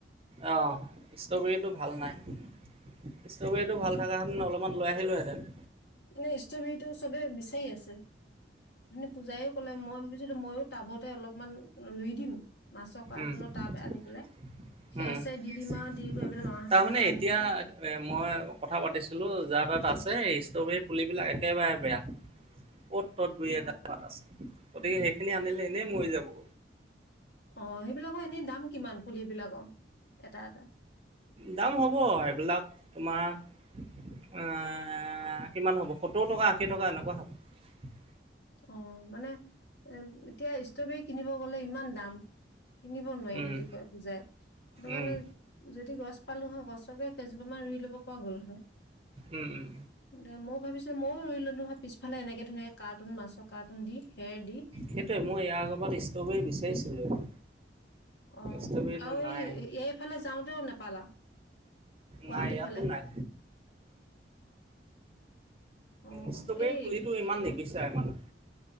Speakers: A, on the right (about 30°); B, on the left (about 70°).
A: অ ষ্ট্ৰবেৰীতটো ভাল নাই ষ্ট্ৰবেৰীতটো ভাল থকা হে অলপমান লৈ আহিলো হেতেন
B: মানে ষ্ট্ৰবেৰীতটো চবে বিচাৰি আছে মানে পূজাৰী সকলে মই ভাবিছিলো ময়ো টাবতে অলপ <unintelligible> অকমান ৰুই দিম মাছৰ কাৰ্টুনৰ
A: উ তাৰমানে
B: টাব আনি পেলাই খেৰ চেৰ দি দিম আৰু দি কৰি পেলাই মামাহঁতৰ ঘৰৰ পৰা
A: এতিয়া
B: আনি কৰি।
A: মই কথা পাতিছিলো যাৰ তাত আছে ষ্ট্ৰবেৰী <unintelligible> পুলিবিলাক একেবাৰে বেয়া অ'ত ত'ত দুই
B: অ
A: এটা পাত আছে <unintelligible> গতিকে সেইখিনি আনিলে এনেই মৰি যাব
B: অ সেইবিলাকৰ এনেই দাম কিমান পুলি বিলাকৰ এটা এটা
A: দাম হ'ব সেইবিলাক তোমাৰ কিমান হ'ব সত্তৰ টকা আশী টকা এনেকোৱা হ'ব
B: অ মানে এ এতিয়া ষ্ট্ৰবেৰী কিনিব গলে ইমান দাম কিনিব নোৱাৰিম
A: উম
B: বুলি কয় বুজাই সেইটো কাৰণে
A: উম
B: যদি গছ পালো হয় গছকেজ মাৰ ৰুই ল'ব পৰা গ'ল হয় <unintelligible>
A: উম উম
B: দে ময় ভাবিছো মইও ৰুইলো নোহয় পিছফালে এনেকে <unintelligible> নে কাৰড কাৰটোন মাছৰ কাৰটোন দি খেৰ দি
A: সেইটোৱে মই এয়া আগবা ষ্ট্ৰবেৰী বিচাৰিছিলোঁ
B: অ
A: ষ্ট্ৰবেৰীটো
B: আৰু
A: নাই
B: এই এইফালে যাওঁতেও নেপালা গুৱাহাটীৰ
A: নাই ইয়াতো
B: ফালে
A: নাই
B: অ',
A: উ ষ্ট্ৰবেৰী
B: এই
A: পুলিটো ইমান নিবিচাৰে মানে <unintelligible>